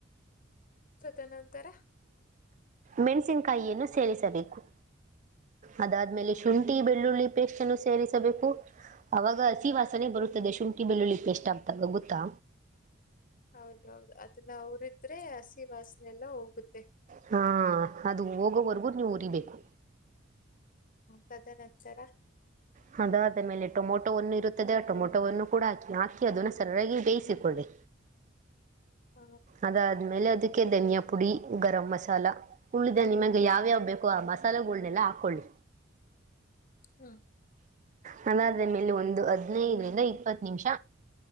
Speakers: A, on the left; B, on the right.
A: ತದ ನಂತರ.
B: ಮೆಣಸಿನ್ಕಾಯಿಯನ್ನು ಸೇರಿಸಬೇಕು. ಅದಾದ್ಮೇಲೆ ಶುಂಠಿ ಬೆಳ್ಳುಳ್ಳಿ ಪೇಸ್ಟನ್ನು ಸೇರಿಸಬೇಕು. ಅವಾಗ ಹಸಿವಾಸನೆ ಬರುತ್ತದೆ ಶುಂಠಿ ಬೆಳ್ಳುಳ್ಳಿ ಪೇಸ್ಟ್ ಹಾಕ್ದಾಗ ಗೊತ್ತಾ.
A: ಹೌದೌದು ಅದನ್ನ ಹುರಿದ್ರೆ ಹಸಿವಾಸನೆ ಎಲ್ಲ ಹೋಗುತ್ತೆ.
B: ಹಾಂ ಅದು ಹೋಗೋವರ್ಗೂ ನೀವು ಉರಿಬೇಕು.
A: ಹ್ಮ್ ತದ ನಂತರ.
B: ಹ್ ಅದಾದಮೇಲೆ ಟೊಮೊಟೊವನ್ನು ಇರುತ್ತದೆ ಟೊಮೊಟೊವನ್ನು ಕೂಡ ಹಾಕಿ ಹಾಕಿದನ್ನ ಸರಿಯಾಗಿ ಬೇಯಿಸಿಕೊಳ್ಳಿ.
A: ಹ
B: ಅದಾದ್ಮೇಲೆ ಅದಕ್ಕೆ ಧನಿಯಾ ಪುಡಿ ಗರಂ ಮಸಾಲ. ಉಳಿದ ನಿಮಗೆ ಯಾವ್ಯಾವ ಬೇಕು ಆ ಮಸಾಲೆಗಳುನೆಲ್ಲ ಹಾಕೊಳ್ಳಿ.
A: ಹ್ಮ್
B: ನನಾದ್ರ ಮೇಲೆ ಒಂದು ಹದ್ನೈದರಿಂದ ಇಪ್ಪತ್ ನಿಮಿಷ.